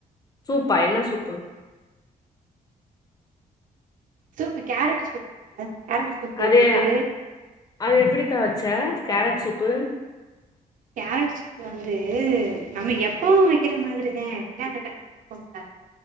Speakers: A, on the left; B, on the right.
A: சூப்பா என்ன சூப்பு
B: சூப்பு கேரட் சூப்புல்ல கேரட் சூப்பு வச்சுட்டு
A: அது அது எப்டிகா வச்ச கேரட் சூப்பு
B: கேரட் சூப்பு வந்து நம்ம எப்பவும் வைக்கிற மாரித வெண்டாந்த பருப்பு தூப்போங்கள